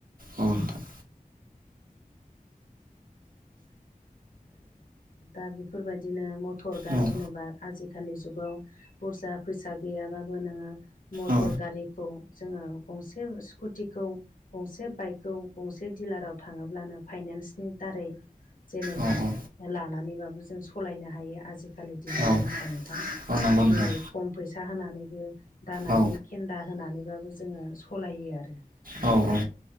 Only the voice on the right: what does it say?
अ नोंथां
नोंथां
औ
औ
औ
औ नंगौ नोंथां
औ
औ औ